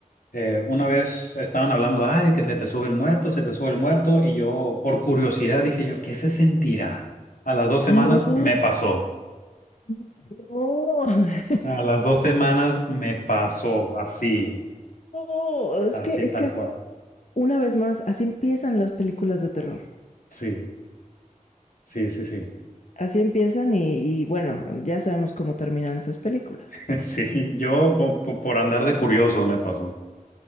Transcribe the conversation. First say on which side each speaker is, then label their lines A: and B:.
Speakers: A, on the left; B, on the left.
A: eh, una vez estaban hablando, ay, de que se te sube el muerto, se te sube el muerto, y yo por curiosidad dije yo, ¿qué se sentirá? A las dos semanas
B: No, no.
A: me pasó.
B: <laughs>
A: A las dos semanas me pasó así,
B: No, es
A: así
B: que, es
A: tal
B: que
A: cual.
B: una vez más, así empiezan las películas de terror.
A: Sí, sí, sí, sí.
B: Así empiezan y, y bueno, ya sabemos cómo terminan esas películas.
A: <laughs> Sí, yo po- po- por andar de curioso me pasó.